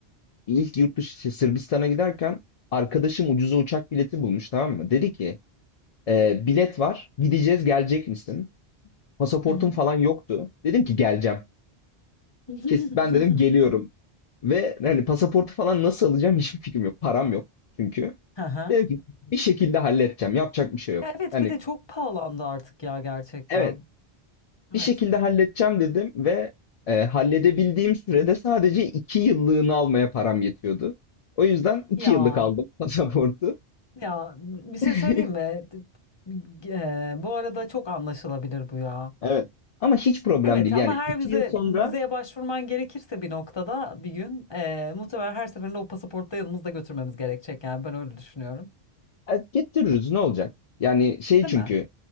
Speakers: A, on the left (about 55°); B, on the left (about 25°).
A: ilk yurt dışı şey, Sırbistan'a giderken arkadaşım ucuza uçak bileti bulmuş tamam mı? Dedi ki "Eee, bilet var. Gideceğiz gelecek misin? Pasaportum
B: hı.
A: falan yoktu. Dedim ki geleceğim.
B: <laughs>
A: Kes, ben dedim geliyorum. Ve hani pasaportu falan nasıl alacağım <laughs> hiçbir fikrim yok. Param yok çünkü.
B: Hı hı.
A: Dedim ki bir şekilde halledeceğim. Yapacak bir şey yok.
B: Ya evet
A: Hani
B: bir de çok pahalandı artık ya gerçekten.
A: evet bir
B: Evet.
A: şekilde halledeceğim dedim ve e, halledebildiğim sürede sadece iki yıllığını almaya param yetiyordu. O yüzden iki
B: Ya
A: yıllık aldım <laughs> pasaportu.
B: ya bir şey
A: <laughs>
B: söyleyeyim mi? Eee, bu arada çok anlaşılabilir bu ya.
A: Evet. Ama hiç problem
B: Evet
A: değil.
B: ama
A: Yani
B: her
A: iki
B: vize
A: yıl sonra
B: vizeye başvurman gerekirse bir noktada bir gün eee muhtemelen her seferinde o pasaportta yanımızda götürmemiz gerekecek yani ben öyle düşünüyorum.
A: E, Getiririz ne olacak? Yani şey
B: Değil
A: çünkü
B: mi?